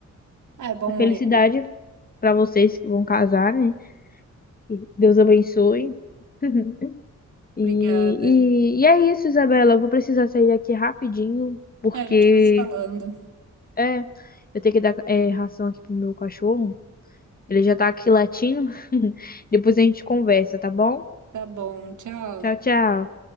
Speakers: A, on the right; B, on the left.
A: É bom,
B: Felicidade
A: é.
B: pra vocês que vão casar, né? E Deus abençoe. <laughs> E,
A: Obrigada.
B: e, e é isso, Isabela. Eu vou precisar sair daqui rapidinho, porque
A: A gente vai se falando.
B: é, eu tenho que dar é, ração aqui pro meu cachorro. Ele já tá aqui latindo. <laughs> Depois a gente conversa, tá bom?
A: Tá bom, tchau.
B: Tchau, tchau.